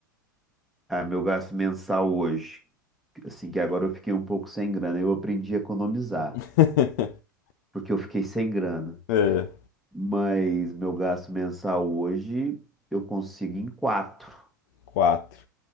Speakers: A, in the centre; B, on the left (about 55°).
A: ah, meu gasto mensal hoje. Assim que agora eu fiquei um pouco sem grana, eu aprendi a economizar,
B: <laughs>
A: porque eu fiquei sem grana.
B: É,
A: Mas meu gasto mensal hoje eu consigo em quatro,
B: quatro.